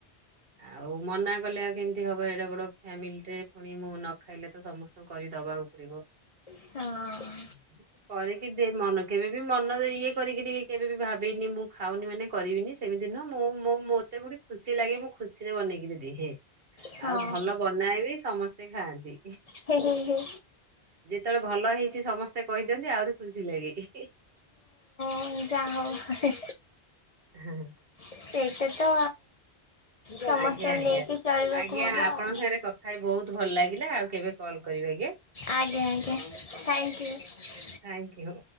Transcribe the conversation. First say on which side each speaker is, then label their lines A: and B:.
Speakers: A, on the right; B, on the left.
A: ଆଉ ମନା କଲେ ଆଉ କେମିତି ହବ ଏଡେ ବଡ ଫ୍ୟାମିଲି ଟେ ପୁଣି ମୁଁ ନ ଖାଇଲେ ତ ସମସ୍ତେ କରି ଦବାକୁ ପଡିବ।
B: ହଁ।
A: ହୁଁ ହୁଁ। କରିକି ଦେ ମନ କେବେ ବି ମନରେ ଇଏ କରିକିରି କେବେବି ଭାବିନି ମୁଁ ଖାଉନି ମାନେ କରିବିନି। ସେମିତି ନୁହଁ। ମୁଁ-ମୁଁ-ମତେ ଗୋଟେ ଖୁସି ଲାଗେ ମୁଁ ଖୁସିରେ ବନେଇକିରି ଦିହେ।
B: ହଁ
A: ଆଉ ଭଲ ବନାଏ ବି ସମସ୍ତେ ଖାଆନ୍ତି।
B: ହେ ହେ ହେ
A: ଯେତେବେଳେ ଭଲ ହେଇଛି ସମସ୍ତେ କହିଦିଅନ୍ତି। ଆହୁରି ଖୁସି ଲାଗେ।
B: ହୁଁ ଯା ହୋଉ।
A: <unintelligible>
B: ସେଇଟା ତ ସମସ୍ତଙ୍କୁ
A: ଆଜ୍ଞା ଆଜ୍ଞା
B: ନେଇକି ଚଳିବାକୁ
A: ଆଜ୍ଞା
B: ହବ
A: ଆପଣଙ୍କ
B: ଆଉ।
A: ସାଙ୍ଗରେ କଥା ହେଇ ବହୁତ ଭଲ ଲାଗିଲା। ଆଉ କେବେ କଲ୍ କରିବେ ଆଜ୍ଞା।
B: ଆଜ୍ଞା ଆଜ୍ଞା ଥ୍ୟାଙ୍କ ୟୁ।
A: Thank you.